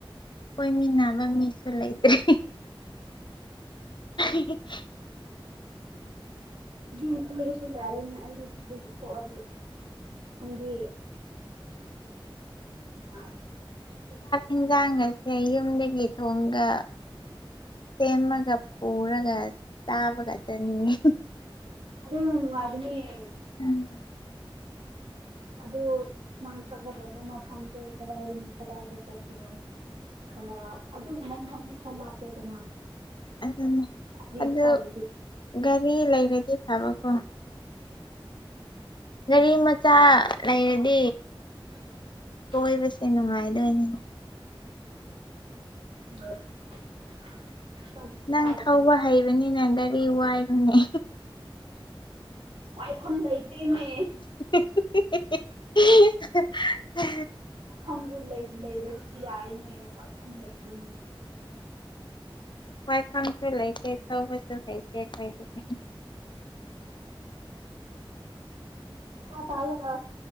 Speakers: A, on the left (about 55°); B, on the right (about 80°).
A: ꯀꯣꯏꯃꯤꯅꯥꯕ ꯃꯤꯁꯨ ꯂꯩ ꯔꯤ <unintelligible>
B: ꯌꯨꯝ ꯀꯣꯏꯏꯔꯁꯨ ꯌꯥꯔꯦꯅꯦ ꯑꯩꯁꯨ ꯁꯤꯗ ꯊꯣꯛꯑꯗꯤ ꯍꯥꯏꯗꯤ <unintelligible>
A: ꯏꯟꯖꯥꯡ ꯒꯥꯁꯦ ꯌꯨꯝꯗꯒꯤ ꯊꯣꯡꯉꯒ ꯁꯦꯝꯃꯒ ꯄꯨꯔꯒ ꯆꯥꯕꯒ ꯆꯑꯥꯠꯅꯤꯡꯉꯤ
B: ꯑꯗꯨꯝ ꯅꯨꯡꯉꯥꯏꯕꯅꯦ
A: <inaudible>
B: ꯑꯗꯨ ꯁꯨꯃꯥꯏ ꯆꯠꯂꯒꯥ ꯗꯨꯝ ꯃꯐꯥꯝꯁꯦ ꯀꯗꯥꯏꯗ <unintelligible> ꯈꯔ ꯑꯗꯨꯕꯨ ꯅꯪ ꯈꯪꯗꯤ ꯈꯔ ꯂꯞꯄꯦꯗꯅ
A: ꯑꯗꯨꯅꯦ
B: <unintelligible>
A: ꯑꯗꯨ
B: ꯑꯣ ꯎꯝ
A: ꯒꯥꯔꯤ ꯂꯩꯔꯗꯤ ꯐꯕꯀꯣ ꯒꯥꯔꯤ ꯃꯆꯥ ꯂꯩꯔꯗꯤ
B: <inaudible>
A: ꯀꯣꯏꯕꯁꯦ ꯅꯨꯡꯉꯥꯏꯗꯣꯏꯅꯤꯅꯦ
B: <inaudible> ꯀꯗꯥꯏꯗꯒꯤ
A: ꯅꯪ ꯊꯧꯕ ꯍꯩꯕꯅꯤꯅ ꯒꯥꯔꯤ ꯋꯥꯏꯔꯣꯅꯦ
B: ꯋꯥꯏꯈꯝ ꯂꯩꯇꯦꯅꯦ
A: <unintelligible>
B: ꯃꯐꯝꯗꯨ ꯂꯩꯕꯨ ꯂꯩꯔꯗꯤ ꯌꯥꯏꯅꯦ ꯋꯥꯏꯐꯝ ꯂꯩꯇꯦꯅꯦ
A: ꯋꯥꯥꯏꯐꯝꯁꯨ ꯂꯩꯥꯇꯦ ꯊꯧꯕꯁꯨ ꯍꯩꯇꯦ ꯑꯈꯣꯢꯗꯤ ꯫
B: ꯄꯩꯁꯥ ꯇꯥꯜꯂꯒ